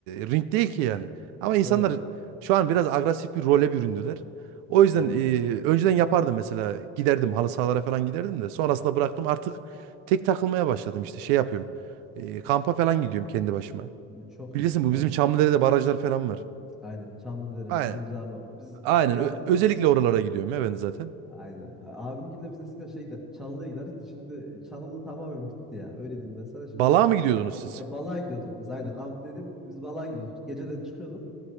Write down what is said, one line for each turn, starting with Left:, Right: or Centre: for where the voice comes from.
Right: ring değil ki yani. Ama
Centre: Ya
Right: insanlar
Centre: doğru.
Right: şu an biraz agresif bir role büründüler. O yüzden
Centre: Aynen.
Right: e, önceden yapardım mesela giderdim halı sahalara falan giderdim de sonrasında bıraktım artık tek takılmaya başladım işte şey yapıyorum. E, kampa falan gidiyorum kendi başıma.
Centre: Çok
Right: Bilirsin
Centre: iyi. Vallahi.
Right: bu bizim Çamlıdere'de barajlar falan var.
Centre: Aynen. Çamlıdere,
Right: Aynen.
Centre: Kızılcahamam. Biz
Right: Aynen.
Centre: bir
Right: Ö-
Centre: ara
Right: özellikle oralara gidiyorum ya ben zaten.
Centre: aynen. Abimgille biz eskiden şey giderdik. Çanlı'ya giderdik de şimdi Çanlı tamamen bitti ya. Öyle diyeyim ben sana. Şimdi
Right: Balığa
Centre: o
Right: mı gidiyordunuz siz?
Centre: e, balığa gidiyorduk biz. Aynen kamp dedim. Biz balığa gidiyorduk. Geceden çıkıyorduk.